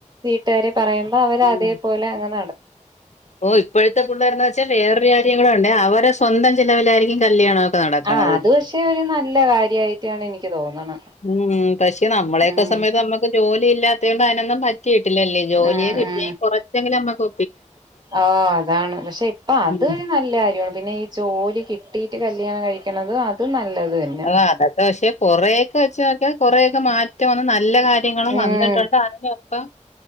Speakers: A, on the right; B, on the left.
A: വീട്ടുകാരെ പറയുമ്പോ അവര്
B: ഉം
A: അതേപോലെ അങ്ങനെ
B: ഓ ഇപ്പോഴത്തെ പിള്ളാരുന്ന വച്ചാ വേറൊരു കാര്യങ്ങളുണ്ട് അവര് സ്വന്തം ചിലവിലായിരിക്കും കല്യാണം നടക്കണത്
A: ആ അത് പക്ഷെ ഒരു നല്ല കാര്യായിട്ടാണ് എനിക്ക് തോന്നണെ
B: <unintelligible> പക്ഷെ നമ്മളെയെക്കെ
A: ഉം
B: സമയത്ത് നമുക്ക് ജോലി ഇല്ലാത്ത പാനൊന്ന പറ്റിട്ട് ല്ലല്ലേ ജോലിയെ
A: ഉം
B: കിട്ട
A: ഉം
B: എ കുറച്ചെങ്കില അമ്മക്ക്
A: ഓ അതാണ് പക്ഷെ ഇപ്പൊ അതൊരു
B: ഉം.
A: നല്ല കാര്യമാണ് പിന്നെ ജോലി കിട്ടിയിട്ട് കല്ല്യാണം കഴിക്കണത് അത് നല്ലത് തന്നെ
B: ആ അതൊക്കെ പക്ഷെ കൊറെയൊക്കെ വെച്ച നോക്കെ കുറേയൊക്കെ മാറ്റം വ എല്ല കാര്യങ്ങളും
A: ഉം
B: വന്നിട്ടുണ്ട് അ അപ്പ